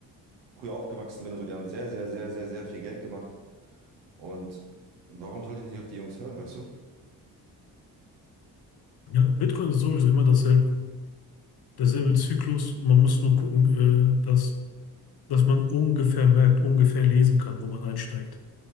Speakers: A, on the right; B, on the left.
A: früher aufgewachsen bin und so, die haben sehr, sehr, sehr, sehr, sehr viel Geld gemacht. Und warum sollte ich nicht auf die Jungs hören, weißt du?
B: Ja, Bitcoin ist sowieso immer dasselbe derselbe Zyklus. Man muss nur gucken, äh, dass dass man ungefähr merkt, ungefähr lesen kann, wo man einsteigt.